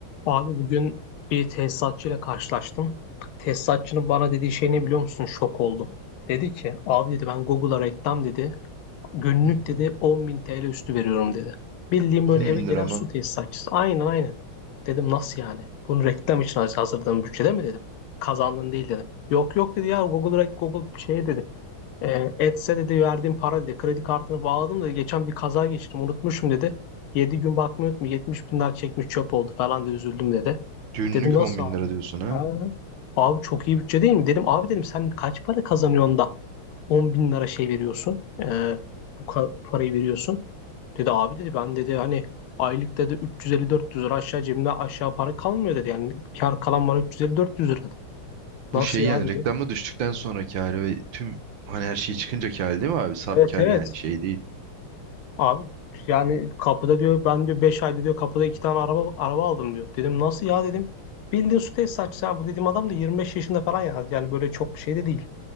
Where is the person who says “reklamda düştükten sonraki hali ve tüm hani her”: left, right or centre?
Right